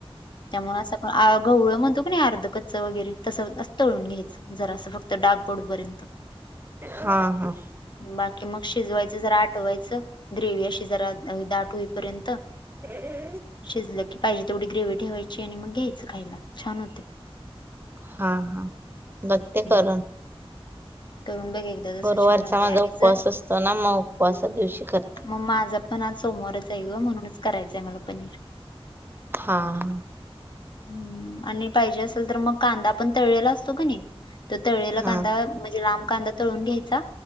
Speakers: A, on the left; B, on the right.
A: त्यामुळे असं आप गवळं म्हणतो का नी अर्ध कच्च वगैरे तसं तळून घ्यायचं जरासं फक्त डाक पडुपर्यंत <inaudible>
B: हा हा
A: बाकी मग शिजवायचं जरा आटवायचं ग्रेव्ही अशी जरा दाट होईपर्यंत
B: <unintelligible>
A: शिजलं की पाहिजे तेवढी ग्रेव्ही ठेवायची आणि मग घ्यायचं खायला छान होते.
B: हा हा बघते
A: हम्म.
B: करून
A: करून बघ एकदा तसं
B: गुरुवारचा
A: छान होते
B: माझा
A: आणि
B: उपवास
A: जर
B: असतो ना मग उपवासा दिवशी करते.
A: मग माझा पण आज सोमवारच आहे ग म्हणूनच करायचं आहे मला पनीर
B: हां
A: हम्म आणि पाहिजे असेल तर मग कांदा पण तळलेला असतो का नाही तर तळलेला
B: हा
A: कांदा म्हणजे लांब कांदा तळून घ्यायचा